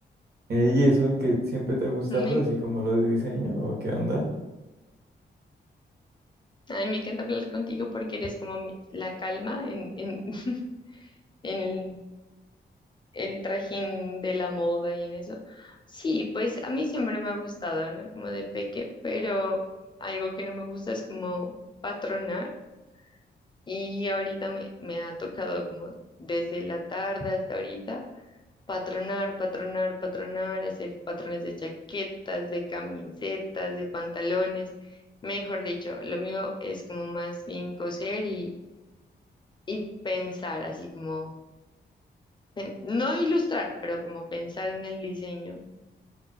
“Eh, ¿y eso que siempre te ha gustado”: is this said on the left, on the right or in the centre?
Right